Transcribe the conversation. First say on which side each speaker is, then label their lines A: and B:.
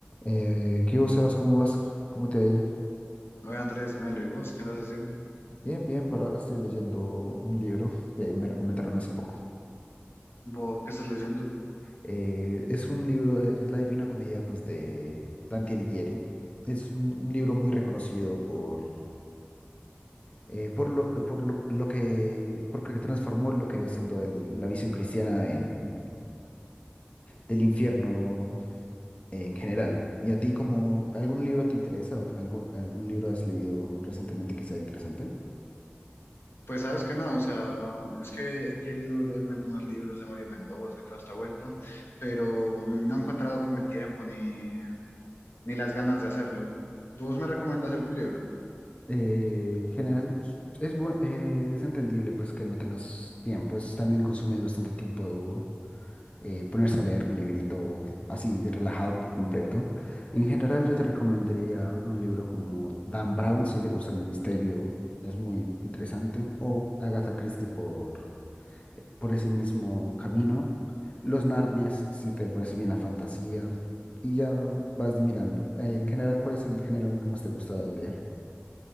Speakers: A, on the left; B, on the left.
A: Eh, ¿qué hubo, Sebas? ¿Cómo vas? ¿Cómo te ha ido?
B: Oye, Andrés, Melo, ¿y vos qué andas haciendo?
A: Bien, bien, por ahora estoy leyendo un libro que me recomendaron hace poco.
B: ¿Vos qué estás leyendo?
A: Eh, es un libro, de- es La Divina Comedia, pues, de Dante Alighieri. Es un, un libro muy reconocido por, eh, por lo, por lo, lo que, porque transformó lo que iba siendo el- la visión cristiana en, del infierno en general. ¿Y a ti, como algún libro te interesa o algún, algún libro has leído recientemente que sea interesante?
B: Pues sabes que nada, o sea, es que he querido leerme algunos libros de Mario Mendoza y toda esta vuelta, pero no, no he encontrado como el tiempo ni, ni las ganas de hacerlo. ¿Vos me recomendás algún libro?
A: Eh, general, es, bu- eh, es entendible pues que no tengas tiempo, es también consume bastante tiempo eh, ponerse a leer un librito así relajado por completo. En general yo te recomendaría un libro como Dan Brown si te gusta el misterio, es muy interesante, o Agatha Christie por, eh, por ese mismo camino, Los Narnias si te parece bien la fantasía, y ya vas mirando. Eh, en general, ¿cuál es el género que más te gusta leer?